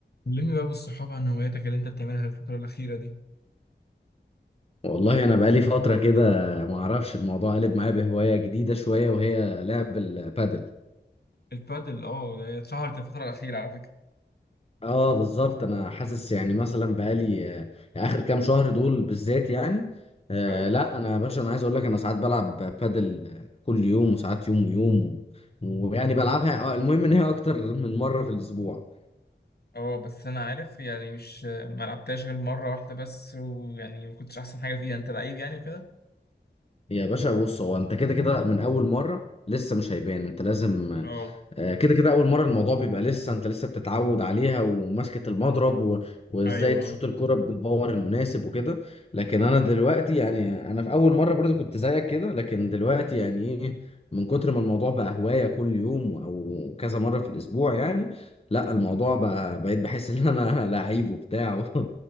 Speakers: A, on the left (about 60°); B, on the left (about 35°).
A: كلمني بقى بالصحاب عن هواياتك اللي انت بتعملها الفترة الأخيرة دي
B: والله انا بقالي فتره كده ما اعرفش الموضوع قلب معايا بهوايه جديده شويه وهي لعب البادل
A: البادل اه هي اتشهرت الفترة الأخيرة على فكرة
B: اه بالظبط انا حاسس يعني مثلا بقالي آه، اخر كام شهر دول بالذات يعني آه
A: اه
B: لا انا يا باشا انا عايز اقول لك انا ساعات بلعب بادل آه، كل يوم وساعات يوم ويوم و- ويعني بلعبها آه المهم ان هي اكتر من مره في الاسبوع
A: اه بس أنا عارف يعني مش ما لعبتهاش غير مرة واحدة بس ويعني ما كنتش أحسن حاجة فيها أنت لعيب يعني وكده
B: يا باشا بص هو انت كده كده من اول مره لسه مش هيبان انت لازم
A: اه
B: آه، كده كده اول مره الموضوع بيبقى لسه انت لسه بتتعود عليها وماسكه المضرب و... وازاي
A: أيوه
B: تشوط الكرة بالباور المناسب وكده لكن انا دلوقتي يعني انا في اول مره برضو كنت زيك كده لكن دلوقتي يعني ايه من كتر ما الموضوع بقى هوايه كل يوم او كذا مره في الاسبوع يعني لا الموضوع بقى بقيت بحس ان انا <laughs> لعيب وبتاع و... <laughs>